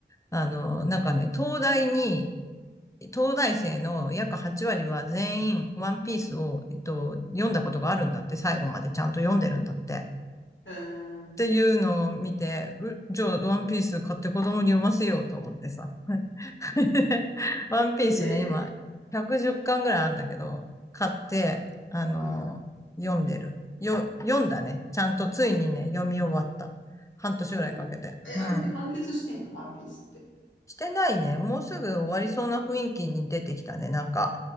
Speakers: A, on the left; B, on the left.
A: あの、なんかね、東大に、東大生の約8割は全員ワンピースを、えっと、読んだことがあるんだって、最後までちゃんと読んでるんだって。
B: へえ。
A: っていうのを見て、うじゃあワンピース買って子供に読ませようと思ってさ。<laughs> ワンピースね、
B: へえ
A: 今、110巻ぐらいあるんだけど、買って、
B: ー。
A: あのー読んでる。
B: うん。うん。
A: よ、読んだね。ちゃんとついにね、読み終わった。半年ぐらいかけて。
B: あ、そうなんだ。え、
A: うん。
B: あれって完結してんのワンピースって。
A: してないね。もうすぐ終わりそうな雰囲気に出てきたね。なんか、